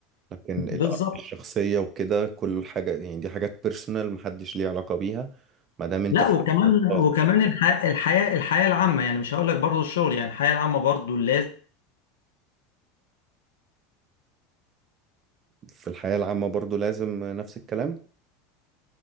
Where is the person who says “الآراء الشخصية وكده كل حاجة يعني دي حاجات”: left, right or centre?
Right